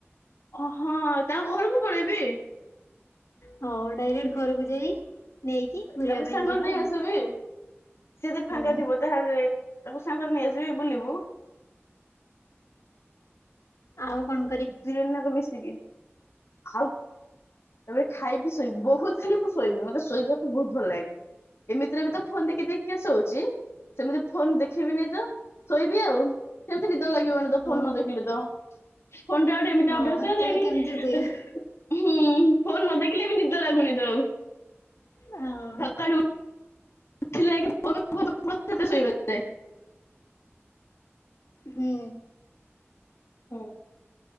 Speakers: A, on the left; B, on the left.
A: ଅଁହଁ ତାଙ୍କ ଘରକୁ ପଳେଇବି।
B: ହଁ ଡାଇରେକ୍ଟ ଘରକୁ ଯାଇ ନେଇକି ଘୁରିବା
A: ତାକୁ
B: ପାଇଁ
A: ସାଙ୍ଗରେ
B: ଯିବା
A: ନେଇ
B: ଆଉ।
A: ଆସିବି ସିଏ ଯଦି ଫାଙ୍କା
B: ହୁଁ
A: ଥିବ ତାହେଲେ ଯାଇ ତାକୁ ସାଙ୍ଗରେ ନେଇଆସିବି ବୁଲିବୁ।
B: ଆଉ କନ୍
A: ଦୁଇ ଜଣ ଜାକ ମିଶିକି ଆଉ ତାପରେ ଖାଇବି ଶୋଇବି ବୋହୁତ ଖାଲି ମୁଁ ଶୋଇବି ମତେ ଶୋଇବାକୁ ବୋହୁତ ଭଲ ଲାଗେ। ଏମିତିରେ ବି ତ ଫୋନ ଦେଖି ଦେଖି କି ଶୋଉଚି। ସେମିତି ଫୋନ ଦେଖିବିନି ତ ଶୋଇବି ଆଉ ସେମିତି ନିଦ ଲାଗିବନି ତ ଫୋନ
B: ଓ
A: ନ ଦେଖିଲେ ତ। ଫୋନ ଟା ଗୋଟେ ଏମିତିଆ
B: ହଁ
A: ଅଭ୍ୟାସ
B: ତେବେ
A: ହେଇ।
B: କେମିତି
A: <unintelligible>
B: ଶୋଇବ
A: ହୁଁ ଫୋନ୍ ନ ଦେଖିଲେ ବି ନିଦ ଲାଗୁନି ତ ଆଉ।
B: <unintelligible>
A: <unintelligible> <unintelligible>
B: ହୁଁ।
A: ହୁଁ,